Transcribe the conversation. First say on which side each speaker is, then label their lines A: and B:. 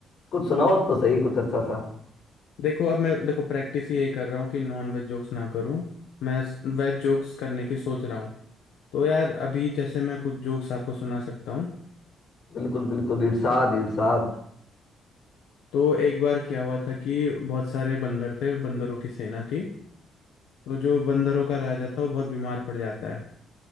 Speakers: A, on the left (about 60°); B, on the left (about 80°).
A: कुछ सुनाओ तो सही कुछ अच्छा सा
B: देखो अब मैं देखो प्रैक्टिस ही यही कर रहा हूँ कि नॉन वेज जोक्स ना करूँ मैं वेज जोक्स करने की सोच रहा हूँ तो यार अभी जैसे मैं कुछ जोक्स आपको सुना सकता हूँ
A: बिल्कुल बिल्कुल इरशाद इरशाद
B: तो एक बार क्या हुआ था कि बहुत सारे बंदर थे बंदरों की सेना थी तो जो बंदरों का राजा था वो बहुत बीमार पड़ जाता है